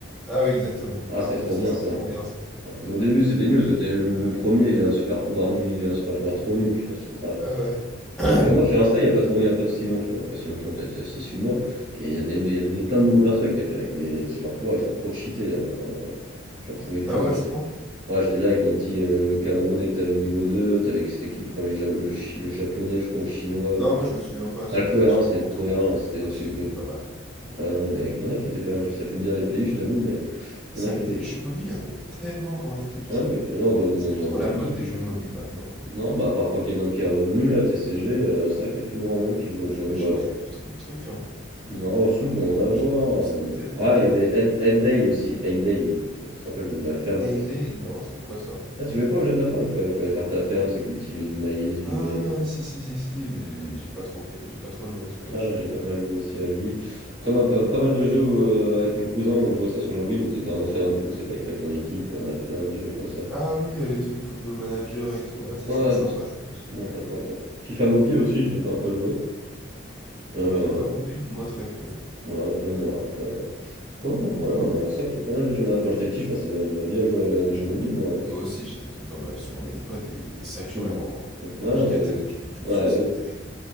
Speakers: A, in the centre; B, on the right.
A: Ah oui, exactement.
B: Ah,
A: Ah
B: c'était
A: ouais,
B: trop
A: ça
B: bien
A: c'était
B: ça.
A: trop bien ça.
B: Ouais, Mais au début, c'était nul, parce que t'avais le, le premier, il a un super pouvoir nul, il a un super pouvoir trop nul, je sais pas si tu te rappelles.
A: Ah ouais. <clears throat>
B: Et au fur et à mesure, j'ai Insta, il n'y a pas, ton- il y a pas si longtemps, hein, pas si longtemps, peut-être il y a six huit mois, et il y a, des, il y a des- plein de nouveaux persos avec des, avec des, des super pouvoirs, ils sont trop cheatés, hein, enfin, j'en pouvais plus,
A: Ah ouais,
B: moi
A: à
B: j'étais
A: ce point?
B: ouais, j'étais là avec mon petit euh, Camerounais que t'avais au niveau 2 t'avais, c'était qui le premier, le, Ja- le, Chi- le japonais, je crois, ou le chinois, ou...
A: Non, moi je me souviens pas, ça
B: Ah, le cohérent,
A: c'était il y a super
B: c'était
A: longtemps,
B: le cohérent,
A: mais j'avais
B: hein, c'était
A: des persos,
B: celui de...
A: ils étaient pas mal.
B: Ah non, il y en a, il y en a qui étaient pas mal, je saurais plus te dire les pays, je t'avoue, mais
A: C'est
B: il y en a qui
A: vrai
B: étaient...
A: que des jeux mobiles, il y en avait tellement quand on était petit.
B: Ah oui, et on doit, on doit-
A: C'est
B: on
A: plus
B: doit
A: trop
B: en oublier.
A: la mode des jeux mobiles maintenant. hein.
B: Non, bah à part Pokémon qui est revenu, à TCG, euh, c'est vrai qu'il n'y a plus grand monde qui joue aux jeux.
A: Maintenant,
B: Oui,
A: tu
B: bah,
A: vois, il y a plus trop de trucs, hein.
B: Non, si,
A: Alors
B: d'en
A: que, ouais,
B: avoir.
A: je pourrais t'en citer
B: euh.
A: tellement
B: Ah,
A: des,
B: il y avait
A: des,
B: Ed,
A: des
B: Ed
A: jeux mobiles.
B: Day aussi, Hay Day. Je sais pas si tu te rappelles, le jeu de la ferme,
A: Payday?
B: je sais pas si tu...
A: Non, c'était quoi ça?
B: Ah, tu jouais pas au jeu de la ferme, il fallait, fallait faire ta ferme, c'est cultiver du maïs, du
A: Ah,
B: lait. etc.
A: si, si, si, si, mais euh, j'ai pas trop fait, j'ai pas trop joué à celui-là,
B: Ouais,
A: je
B: moi
A: t'avoue.
B: j'ai pas mal joué aussi à lui. Après, ma- pas, pas mal de jeux euh, avec mon cousin, on jouait ça sur jeu mobile où t'étais un entraîneur de foot, c'est fait créer ton équipe, euh, on a fait pas mal de jeux comme ça.
A: Ah oui, euh, les trucs Football Manager et tout, ah ouais, ça
B: Ouais,
A: c'était sympa,
B: des trucs.
A: ça, je me souviens.
B: on a- ouais. FIFA Mobile aussi, j'ai pas un peu joué. Euh,
A: FIFA mobile, moi très peu.
B: ouais, un peu moi après. euh. Après, non, voilà, on a ça qui est pas mal de jeux. Quand j'étais petit, je passais ma, ma vie à jouer à des jeux mobiles, moi. hein.
A: Moi aussi, j'étais tout le temps bah, sur mon iPod, il était saturé
B: Mmh.
A: en,
B: Mmh. Ouais,
A: en giga
B: il
A: tellement
B: y a tr
A: j'avais de jeux
B: ouais,
A: dessus,
B: bah
A: c'était
B: oui.
A: terrible.